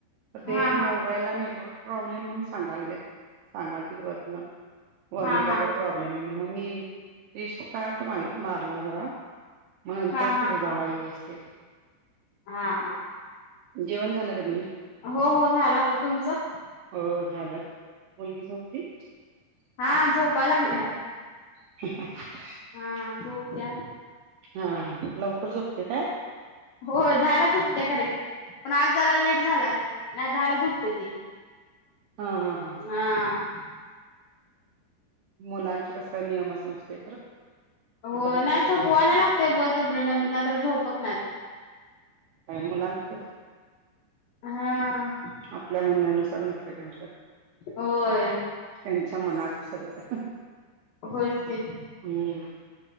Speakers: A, on the right (about 80°); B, on the left (about 80°).
A: तर ते
B: हा
A: मो
B: हा
A: मोबाईला नेटवर्क प्रॉब्लेम म्हणून सांगायला सांगालतीत वर्ण वर्ण
B: हा
A: काहीतरी
B: हा
A: प्रॉब्लेम प्रॉब्लेम आहे म्हणून मी रिस्टार्ट मारला जरा. मग
B: हा
A: नंतर सुरू
B: हा
A: झाला
B: हा
A: व्यवस्थित.
B: हा हा
A: जेवण झालं का नाही?
B: हो हो झाला आता तुमचं?
A: हो झालं. मुलगी झोपली?
B: हा झोपा लागल्या
A: ह <inaudible>
B: हा झोपली आताच.
A: हा लवकर झोपते काय?
B: हो दहाला झोपत्या करेक्ट. पण आज जरा लेट झालाय नाही तर दहा ला झोपते ती.
A: हां हां
B: हा
A: मुलांचे कसं काय नियमच नसते.
B: हो
A: इकडे
B: नाही
A: तिकड
B: झोपवायला
A: जरा.
B: लागते बळजबरी नाही तर झोपत नाहीत
A: का मुलांचं <inaudible>
B: हा...
A: आपल्या म्हणण्यानुसार नसते त्यांचं,
B: होय
A: त्यांच्या मनात सगळं-
B: होयच की.
A: हम्म